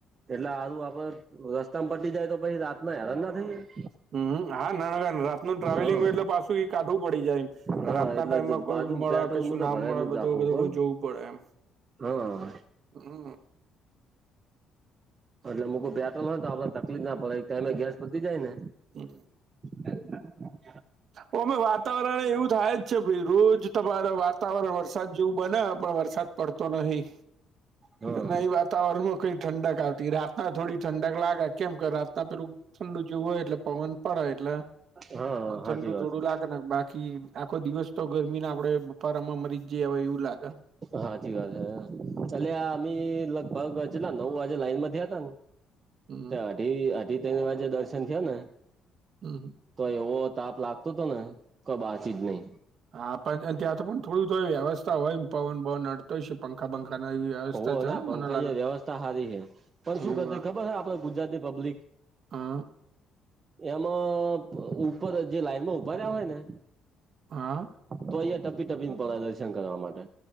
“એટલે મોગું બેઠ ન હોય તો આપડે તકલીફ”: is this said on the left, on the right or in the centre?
Right